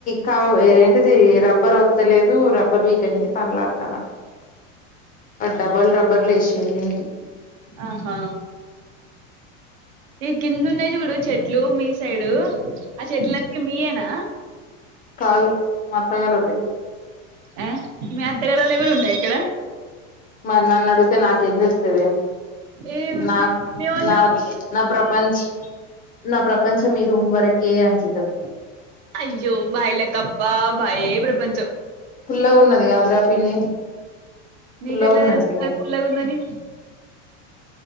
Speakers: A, on the left; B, on the right.
A: కవ ఏంటిది రబ్బర్ వత్తలేదు రబ్బర్ వీకనికి తన్లద్తాన్న డబల్ రబ్బర్లు వేసిండ్లు దీనికి
B: ఆహా ఈ కింద ఉన్నాయి చూడు చెట్లు మీ సైడు ఆ చెట్లన్నీ మీయేనా
A: కాదు మా అత్తగారిల్లై
B: ఆ మీ అత్తగారిల్లై కూడా ఉన్నాయా ఇక్కడ
A: మరి నన్ను అడుగుతే నాకేం తేలుత్తదే
B: ఏ
A: నాక్
B: మీ వోళ్ళు
A: నా నా ప్రపంచ్ నా ప్రపంచం ఈ రూమ్ వరకే అంకితం
B: అయ్యో బాయిల కప్ప బాయే ప్రపంచం
A: ఫుల్లాగా ఉన్నది కాద్రా పిండి
B: నీకెట్లా
A: ఫుల్లాగా ఉన్నది
B: తెలుసు
A: పిండి
B: మరి పుల్లగుందని